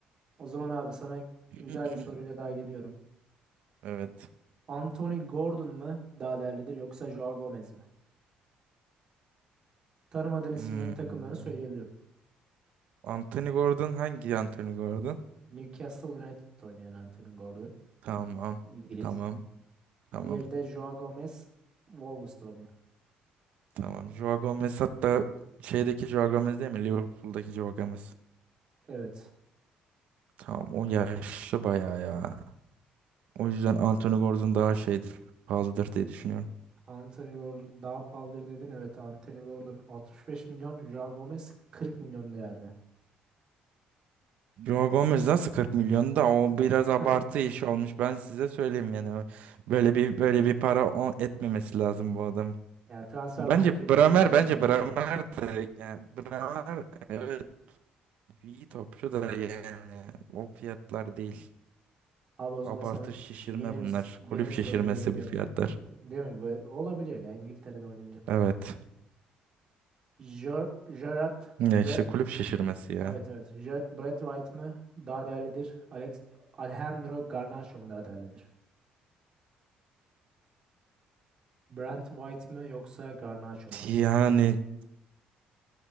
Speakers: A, on the right (about 35°); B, on the right (about 60°).
A: O zaman abi sana
B: <clears throat>
A: güzel bir soruyla daha geliyorum.
B: Evet.
A: Anthony Gordon mu daha değerlidir yoksa Joao Gomez mi? Tanımadığın isimlerin
B: Hmm.
A: takımlarını söyleyebilirim.
B: Anthony Gordon hangi Anthony Gordon?
A: Newcastle United'da oynayan Anthony Gordon.
B: Tamam.
A: İngiliz.
B: Tamam. Tamam.
A: Diğeri de Joao Gomez. Wolves'ta oynuyor.
B: Tamam. Joao Gomez hatta şeydeki Joao Gomez değil mi? Liverpool'daki Joao Gomez.
A: Evet.
B: Tamam o yaşlı bayağı ya. O yüzden Anthony Gordon daha şeydir. Pahalıdır diye düşünüyorum.
A: Anthony Gordon daha pahalıdır dedin. Evet Anthony Gordon 65 milyon. Joao Gomez 40 milyon değerde.
B: Joe Gomez nasıl 40 milyon da o biraz
A: <laughs>
B: abartı iş olmuş. Ben size söyleyeyim yani. Böyle bir böyle bir para o- etmemesi lazım bu adam.
A: Ya transfer
B: Bence
A: marketin
B: Bramer
A: verilerine
B: bence
A: göre.
B: Bramer de yani Bramer evet iyi topçu da yani o fiyatlar değil.
A: Abi o zaman
B: Abartı
A: sana
B: şişirme
A: yeni
B: bunlar.
A: bir yeni
B: Kulüp
A: bir
B: şişirmesi
A: soruyla geliyorum.
B: bu fiyatlar.
A: Değil mi? Bu olabiliyor ya İngiltere'de oynayınca falan.
B: Evet.
A: Ger Gerard
B: Ya
A: Bre
B: işte kulüp şişirmesi ya.
A: Evet evet. Gerard Brett White mı daha değerlidir? Alex Alejandro Garnacho mu daha değerlidir? Brent White mı yoksa Garnacho mu?
B: Yani